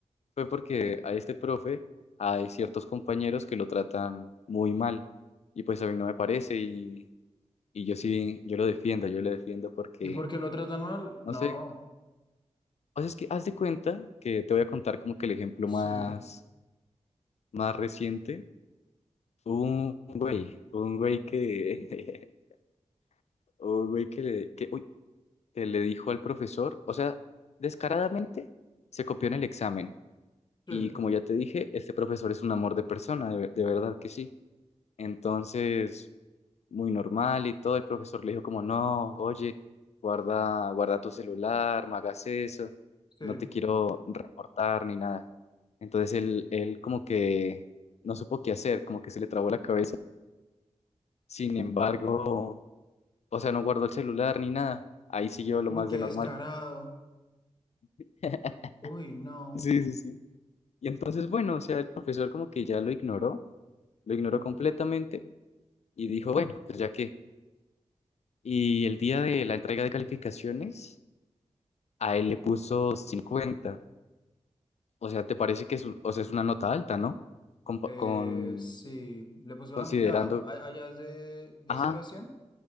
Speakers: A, on the left; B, on the left.
A: fue porque a este profe hay ciertos compañeros que lo tratan muy mal y pues a mí no me parece y, y yo sí, yo lo defiendo, yo lo defiendo porque,
B: ¿Y por qué lo tratan mal?
A: no
B: No.
A: sé, o sea, es que haz de cuenta que te voy a contar como que el ejemplo
B: Sí,
A: más, más reciente, Hubo un güey, un güey que, <laughs> un güey que le, que, uy, que le dijo al profesor, o sea, descaradamente se copió en el examen
B: sí,
A: Y como ya te dije, este profesor es un amor de persona, de, ver- de verdad que sí. Entonces, muy normal y todo, el profesor le dijo como, no, oye, guarda, guarda tu celular, no hagas eso,
B: sí.
A: no te quiero reportar ni nada. Entonces él, él como que no supo qué hacer, como que se le trabó la cabeza. Sin embargo, o sea, no guardó el celular ni nada. Ahí siguió lo
B: Uy,
A: más
B: qué
A: de normal.
B: descarado.
A: <laughs>
B: Uy, no.
A: Sí, sí, sí. Y entonces, bueno, o sea, el profesor como que ya lo ignoró, lo ignoró
B: Uy,
A: completamente
B: no.
A: Y dijo, bueno, pues ya que. Y el día de la entrega de calificaciones, a él le puso cincuenta O sea, ¿te parece que es, un- o sea, es una nota alta, ¿no? Compa-
B: Eh,
A: Con,
B: sí, le puso
A: considerando,
B: la mitad. A- Allá es de, de
A: ajá,
B: cero a 100?